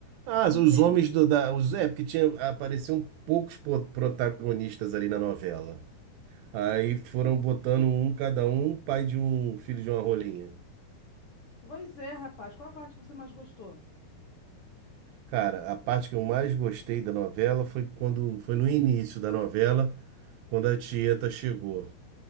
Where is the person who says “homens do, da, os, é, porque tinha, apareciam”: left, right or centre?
Right